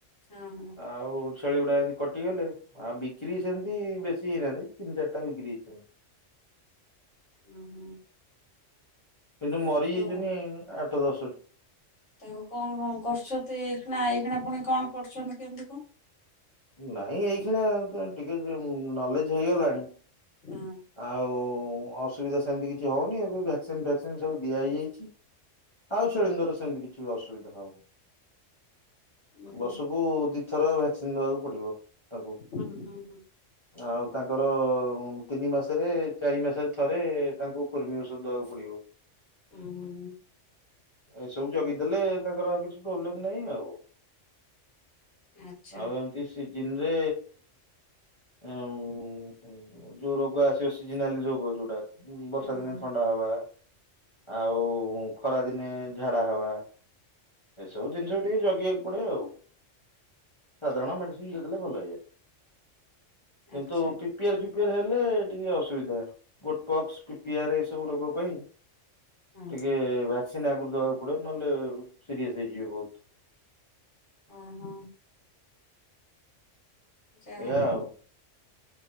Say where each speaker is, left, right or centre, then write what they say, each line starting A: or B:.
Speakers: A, on the left (about 70°); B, on the left (about 25°).
A: ଓଁ ହଁ।
B: ଆଉ ଛେଳି ଗୁଡାଏ କଟିଗଲେ। ଆ ବିକ୍ରି ସେମିତି ବେଶୀ ହେଇନାହାନ୍ତି। ତିନି ଚାରିଟା ବିକ୍ରି ହେଇଚନ୍ତି।
A: ଉଁ ହୁଁ।
B: କିନ୍ତୁ ମରିଯାଇଚନ୍ତି
A: ତାକୁ
B: ଆଠ ଦଶଟି।
A: ତାକୁ କଣ କଣ କରୁଚନ୍ତି। ଏଇଖିଣା ଏଇଖିଣା ପୁଣି କଣ କରୁଚନ୍ତି କେମିତି କଣ?
B: ନାଇଁ ଏଇଖିଣା ଟିକେ ନଲେଜ ହେଇଗଲାଣି।
A: ହଁ।
B: ଆଉ ଅସୁବିଧା ସେମତି କିଛି ହୋଉନି ଏବେ ଭ୍ୟାକ୍ସିନ ଫ୍ୟାକ୍ସିନ ସବୁ ଦିଆ ହେଇଯାଇଚି। ଆଉ ଛେଳିଙ୍କର ସେମିତି କିଛି ବି ଅସୁବିଧା ହବନି।
A: ହୁଁ ହୁଁ
B: ବର୍ଷ କୁ ଦିଥର ଭ୍ୟାକ୍ସିନ ଦବାକୁ ପଡିବ ତାକୁ।
A: ହୁଁ ହୁଁ ହୁଁ।
B: ଆଉ ତାଙ୍କର ତିନି ମାସରେ ଚାରି ମାସରେ ଥରେ ତାଙ୍କୁ କୃମି ଓଷଧ ଦବାକୁ ପଡିବ।
A: ଉଁ ହୁଁ
B: ଏସବୁ ଯୋଗେଇ ଦେଲେ ତାଙ୍କର ଆଉ କିଛି ପ୍ରୋବଲେମ ନାହିଁ ଆଉ।
A: ଆଚ୍ଛା
B: ଆଉ ଏମିତି ସିଜିନ୍ ରେ ଆଉ ଯୋଉ ରୋଗ ଆସିବ ସିଜନାଲି ରୋଗ ଯୋଉଟା ବର୍ଷା
A: ହୁଁ
B: ଦିନେ
A: ହୁଁ
B: ଥଣ୍ଡା ହବା। ଆଉ ଖରାଦିନେ ଝାଡା ହବା। ଏସବୁ ଜିନିଷ ବି ଟିକେ ଜଗିବାକୁ ପଡେ ଆଉ ସାଧାରଣ ମେଡି ସିନ ଦେଲେ ଭଲ ହେଇଯାଏ।
A: ଆଚ୍ଛା
B: କିନ୍ତୁ ପି ପିଆର ସିପିଆର ହେଲେ ଟିକେ ଅସୁବିଧା। ଗୋଟପକ୍ସ ପିପିଆର ଏ ସବୁ ରୋଗ ପାଇଁ
A: ହଁ
B: ଟିକେ ଭ୍ୟାକ୍ସିନ୍ ଆଗରୁ ଦବାକୁ ପଡିବ ନହେଲେ ସିରିଏସ ହେଇଯିବେ ବୋହୁତ
A: ହୁଁ ହୁଁ। ଯାହା
B: ଏଇଆ
A: ହୋଉ।
B: ଆଉ